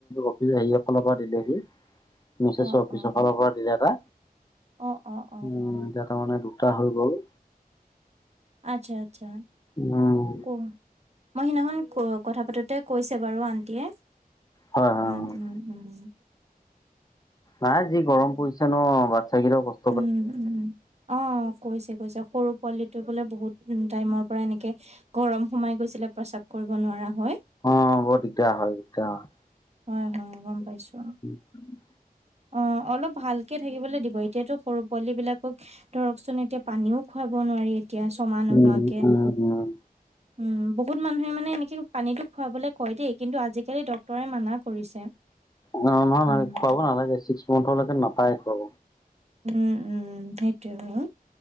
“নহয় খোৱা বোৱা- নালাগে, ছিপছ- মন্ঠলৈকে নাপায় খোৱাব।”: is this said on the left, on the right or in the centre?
Left